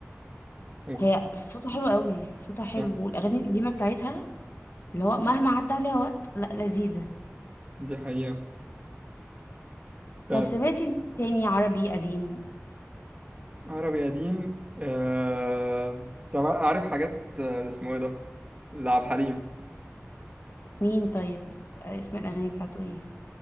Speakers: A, on the right (about 25°); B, on the left (about 50°).
A: و-
B: هي صوتها حلو قوي صوتها حلو
A: آه.
B: والاغاني القديمه بتاعتها اللي هو مهما عدى عليها وقت لا لذيذه
A: دي حقيقه طب
B: طب سمعتي تاني عربي قديم
A: عربي قديم آه... سمع... عارف حاجات آه، اللي اسمه ايه ده لعب حليم
B: مين طيب آه، اسم الاغاني بتاعته ايه